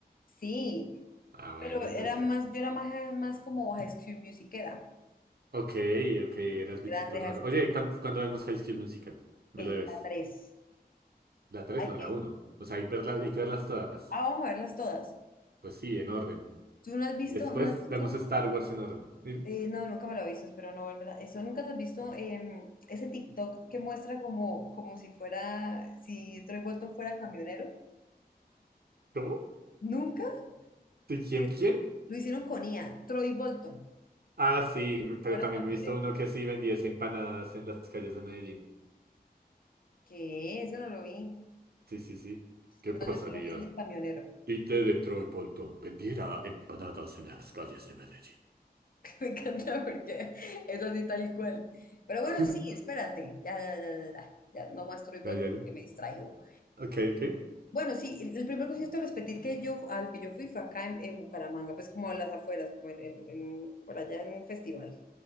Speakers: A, on the left; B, on the right.
A: Sí,
B: Ah, bueno,
A: pero era
B: entonces
A: más,
B: sí.
A: yo era más, más como High School Musicera,
B: Ok, ok, eras bichito
A: grande
B: raro.
A: High School,
B: Oye, ¿cuán- ¿cuándo, vemos High School Musical? Me
A: el,
B: lo debes.
A: la tres,
B: La 3
A: Hay
B: no,
A: que,
B: la uno O sea, hay, verla-
A: la
B: hay que
A: tres,
B: verlas todas.
A: Ah, vamos a verlas todas.
B: Pues sí, en orden.
A: ¿Tú no has visto,
B: Y después
A: no has visto,
B: vemos Star Wars en orden. ¿Y
A: eh, no, nunca me lo he visto, espero no volverla. Eso, ¿nunca te has visto em, ese TikTok que muestra como, como si fuera, si Troy Bolton fuera camionero?
B: ¿Cómo?
A: ¿Nunca?
B: ¿Sí, quién,
A: Es-
B: quién?
A: Lo hicieron con IA, Troy Bolton
B: Ah, sí, m- pero
A: fuera
B: también
A: camionero.
B: me he visto uno que sí vendía empanadas en las calles de Medellín.
A: ¿Qué? Eso no lo vi.
B: Sí, sí, sí. ¿Qué
A: No,
B: pasaría
A: yo solo vi el del camionero,
B: si T de Troy Bolton vendiera empanadas en las calles de Medellín?
A: <laughs> que me encanta porque es así tal cual. Pero bueno,
B: <laughs>
A: sí, espérate, ya, ya, ya, ya, ya, ya no muestro igual
B: Ya, ya, ya.
A: porque me distraigo.
B: Ok, ok.
A: Bueno, sí, el, el primer concierto de los Petit que yo, al que yo fui fue acá en, en Bucaramanga, pues como a las afueras, como en, en- en por allá en un festival.